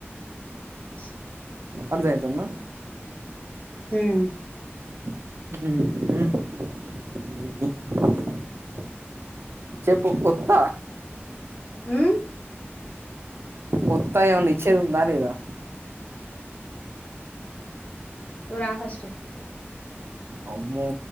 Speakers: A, on the left; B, on the right.
A: <inaudible>
B: అర్ధ అయ్యిందా
A: హ్మ్
B: మ్మ్ <inaudible> <inaudible> చెప్పు కొత్త
A: మ్మ్
B: వత్తాయి ఏమ ఇచ్చేది ఉందా లేదా
A: ఆగస్టు
B: అమ్మో